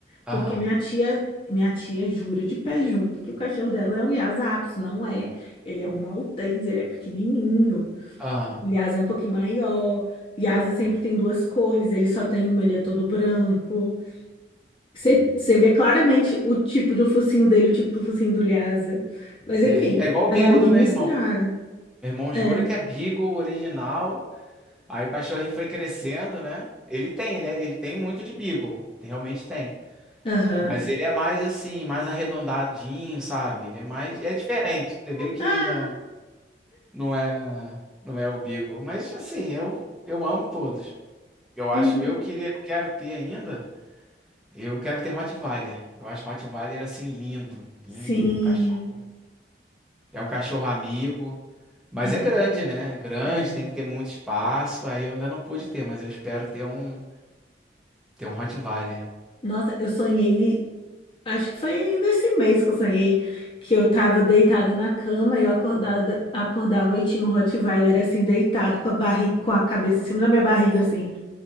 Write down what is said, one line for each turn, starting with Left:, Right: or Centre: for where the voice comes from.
Centre: Aham,
Left: Porque minha tia, minha tia jura de pé junto que o cachorro dela é um Lhasa Apso. Não é. Ele é um Maltês, ele é pequenininho.
Centre: aham,
Left: O Lhasa é um pouquinho maior. Lhasa sempre tem duas cores, ele só tem uma, ele é todo branco. Você você vê claramente o tipo do focinho dele, o tipo do focinho do Lhasa. Mas
Centre: sei.
Left: enfim,
Centre: É igual o
Left: aí
Centre: Beagle
Left: é a minha
Centre: do meu
Left: misturada.
Centre: irmão. Meu irmão
Left: É,
Centre: jura que é Beagle original, aí o cachorrinho foi crescendo, né. Ele tem, ele é ele tem muito de Beagle, realmente tem.
Left: aham.
Centre: Mas ele é mais, assim, mais arredondadinho, sabe, ele é mais é diferente, você vê que
Left: Ah,
Centre: ele não Não é, não é o Beagle, mas assim, eu, eu amo todos. Eu acho,
Left: uhum.
Centre: eu queria, eu quero ter ainda, eu quero ter Rottweiler. Eu acho Rottweiler assim lindo, lindo,
Left: Sim,
Centre: um cachorro. É um cachorro amigo, mas
Left: aham,
Centre: é grande, né? É grande,
Left: é.
Centre: tem que ter muito espaço. Aí eu ainda não pude ter, mas eu espero ter um, ter um Rottweiler.
Left: Nossa, eu sonhei, acho que foi ainda esse mês que eu sonhei, que eu tava deitada na cama e eu acordada, acordava e tinha um Rottweiler assim, deitado com a barriga, com a cabeça em cima da minha barriga, assim.